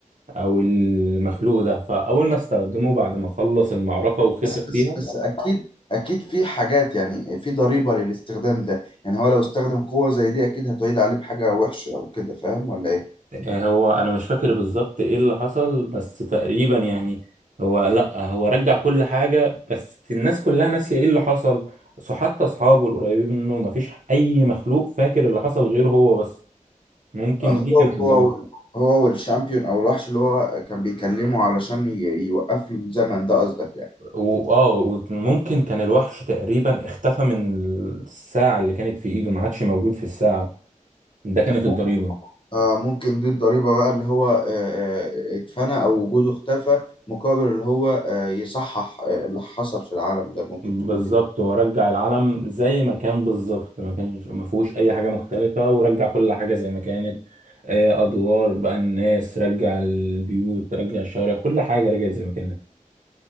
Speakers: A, on the right; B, on the left.
A: او المخلوق ده فاول ما استخدمه بعد ما خلص المعركة وخسر
B: بس بس
A: فيها
B: بس اكيد اكيد في حاجات يعني في ضريبة للاستخدام ده يعني هو لو استخدم قوة زي دي اكيد هتعيد عليه بحاجة وحشة او كده فاهم ولا ايه
A: آه، هو انا مش فاكر بالظبط ايه اللي حصل بس تقريبا يعني هو لا هو رجع كل حاجة بس الناس كلها ناسية ايه اللي حصل سو حتى اصحابه القريبين منه مفيش اي مخلوق فاكر اللي حصل غيره هو بس ممكن
B: هو
A: دي كانت الضريبة
B: هو هو والشامبيون او الوحش اللي هو كان بيكلمه علشان ي- يوقف له الزمن ده قصدك يعني
A: واه وممكن كان الوحش تقريبا اختفى من الساعة اللي كانت في ايده ما عادش موجود في الساعة ده كانت
B: مم-
A: الضريبة
B: آه ممكن دي الضريبة بقى اللي هو آه، آه، اتفنى او وجوده اختفى مقابل اللي هو آه، يصحح آه، اللي حصل في العالم ده ممكن
A: بالظبط
B: تكون دي
A: ورجع العلم زي ما كان بالظبط ما كانش ما فيهوش اي حاجه مختلفه ورجع كل حاجه زي ما كانت آه، ادوار بقى الناس رجع البيوت رجع الشوارع كل حاجه رجعت زي ما كانت